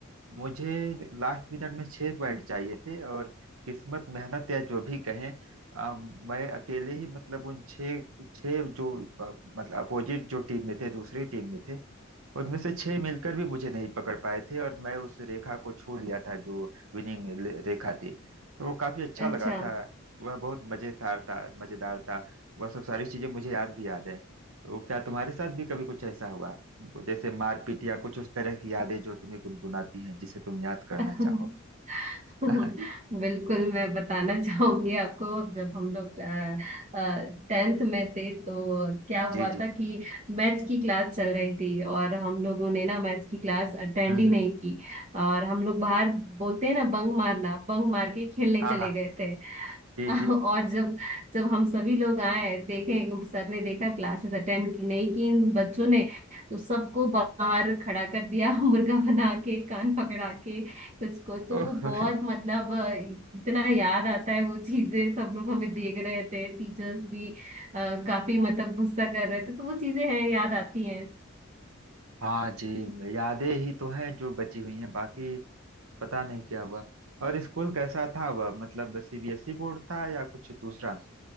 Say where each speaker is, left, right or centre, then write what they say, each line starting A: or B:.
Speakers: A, on the right; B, on the right.
A: मुझे लास्ट मिनट में छह पॉइंट चाहिए थे और किस्मत मेहनत या जो भी कहें अ, मैं अकेले ही मतलब उन छह छह जो अ, मतलब अपोजिट जो टीम में थे दूसरी टीम में थे उनमें से छह मिलकर भी मुझे नहीं पकड़ पाए थे और मैं उस रेखा को छू लिया था जो विनिंग ले- रेखा थी तो वो काफी अच्छा
B: अच्छा
A: लगा था वह बहुत मजेदार था मजेदार था वह सब सारी चीजें मुझे याद भी याद है तो क्या तुम्हारे साथ भी कभी कुछ ऐसा हुआ जैसे मारपीट या कुछ उस तरह की यादें जो तुम्हें गुनगुनाती हैं जिसे तुम याद करना
B: <laughs>
A: चाहो
B: बिल्कुल
A: <laughs>
B: मैं बताना चाहूंगी आपको जब हम लोग टेंथ में थे तो क्या हुआ
A: जी जी
B: था कि मैथ्स की क्लास चल रही थी और हम लोगों ने ना मैथ्स की क्लास अटेंड
A: हम्म
B: ही
A: हम्म।
B: नहीं की और हम लोग बाहर बोलते हैं ना बंक मारना बंक मार के खेलने
A: हाँ
B: चले
A: हाँ
B: गए थे
A: जी
B: <laughs>
A: जी
B: और जब जब हम सभी लोग आए देखे सर ने देखा क्लासेस अटेंड की नहीं की इन बच्चों ने तो सबको बाहर खड़ा कर दिया <laughs> मुर्गा बना के कान पकड़ा के कुछ को तो
A: ओह
B: वो बहुत
A: <laughs>
B: मतलब अ, इतना याद आता है वो चीजें सब लोग हमें देख रहे थे टीचर्स भी अ, काफी मतलब गुस्सा कर रहे थे तो वो चीजें हैं याद आती हैं
A: हाँ जी यादें ही तो हैं जो बची हुई हैं बाकी पता नहीं क्या हुआ और स्कूल कैसा था वह मतलब सीबीएसई बोर्ड था या कुछ दूसरा